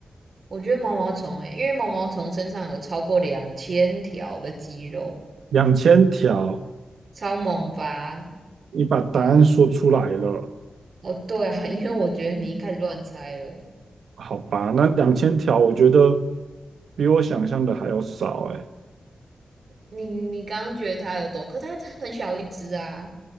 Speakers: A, on the right (about 60°); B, on the right (about 85°).
A: 我觉得毛毛虫诶，因为毛毛虫身上有超过两千条的肌肉，
B: 两千条，
A: 超猛吧？
B: 你把答案说出来了，
A: 哦，对啊，<laughs> 因为我觉得你一开始乱猜了。
B: 好吧？那两千条，我觉得比我想象的还要少哎。
A: 你你刚刚觉得它有多，可它很小一只啊。